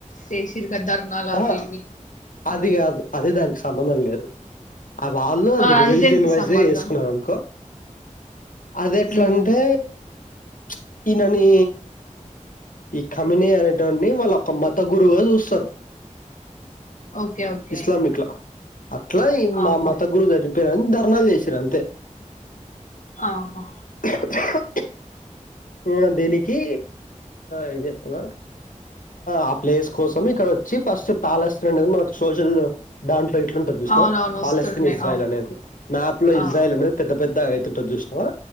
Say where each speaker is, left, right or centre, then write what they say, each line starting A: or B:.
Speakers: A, on the left; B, on the left.
A: చేసిర్ ద్దర్నా అవ్వీ
B: ఆహా!
A: ఇవ్వ
B: అది కాదు అది దానికి సంబంధం లేదు ఆ వాళ్ళు అది
A: ఆ,
B: రిలీజియన్
A: దేనికి
B: వైజ్
A: సంబంధం
B: వేసుకున్నారు అనుకో అది ఎట్లాంటే
A: ఉమ్
B: ప్చ్ ఈయనని ఈ కమినీ అనేటోన్ని వాళ్ళ మత గురువుగా చూస్తరు
A: ఓకే ఓకే
B: ఇస్లామిక్‌ల. అట్లా ఈ మా
A: ఆహా
B: మత గురు జరిగి అందరు ధర్నాలు చేసిన్రు అంతే
A: ఆహా
B: హా హా ఇగ దీనికి ఏం చెప్తున్నా ఆ ప్లేస్ కోసం ఇక్కడ వచ్చి ఫస్ట్ పాలెస్ అనేది మనకు సోషల్ దాంట్లో ఇట్లుంటంది చూసినావా
A: అవునవును వస్తుండే
B: పాలెస్తీన్ ఇజ్రాయిల్
A: అవును
B: అనేది మ్యాప్ లో
A: ఆ
B: ఇజ్రాయల్ అనేది పెద్ద పెద్ద అట్లుంటది చూసినవా